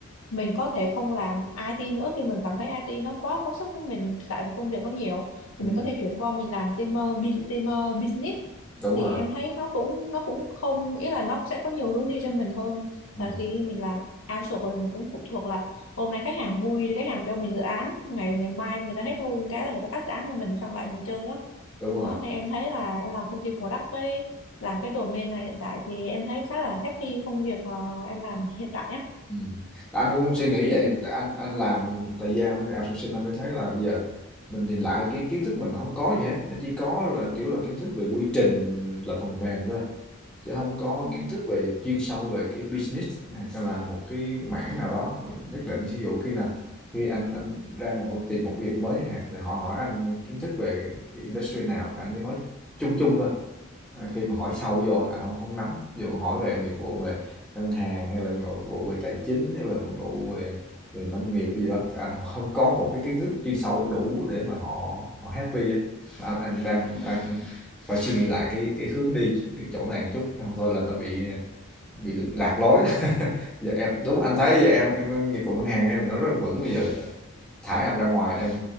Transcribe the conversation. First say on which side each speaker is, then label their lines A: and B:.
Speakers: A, on the left; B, in the centre.
A: mình có thể không làm IT nữa khi mình cảm thấy IT nó quá quá sức với mình tại vì công việc nó nhiều
B: ừm,
A: thì mình có thể chuyển qua mình làm team uh, bu- team uh, business
B: đúng
A: thì
B: rồi,
A: em thấy nó cũng nó cũng không ý là nó sẽ có nhiều hướng đi cho mình hơn
B: ừm,
A: là khi mình làm outsource rồi mình cũng phụ thuộc là hôm nay khách hàng vui thì khách hàng cho mình dự án ngày ngày mai người ta hết vui cái là người ta cắt dự án của mình xong lại ngồi chơi đó
B: đúng rồi,
A: đó nên em thấy là em làm công ty product với làm cái domain này hiện tại thì em thấy khá là happy với công việc mà em làm hiện tại á
B: ừm. Anh cũng suy nghĩ vậy,
A: Ừ,
B: tại anh anh làm thời gian outsourcing anh mới thấy là bây giờ mình nhìn lại cái kiến thức mình không có gì hết, nó chỉ có là, kiểu là, kiến thức về quy trình là phần mềm thôi. chứ không có
A: ừ,
B: kiến thức về chuyên sâu về cái business hay là một cái mảng nào đó nhất định ví dụ khi là khi anh anh ra một tìm một việc mới chẳng hạn rồi họ hỏi anh kiến thức về cái industry nào thì anh chỉ nói chung chung thôi Ờ, khi mà hỏi sâu vô là anh không không nắm Dù dụ hỏi về nghiệp vụ về ngân hàng hay là nghiệp vụ về tài chính hay là nghiệp vụ về về nông nghiệp gì đó thì anh không có một cái kiến thức chuyên sâu đủ để mà họ họ happy á anh, anh đang
A: ừ.
B: đang phải suy nghĩ lại cái cái hướng đi cái chỗ này một chút chứ không thôi là nó bị bị lạc lối <laughs> giờ em đúng anh thấy giờ em em nghiệp vụ ngân hàng em nó rất vững bây giờ thả em ra ngoài em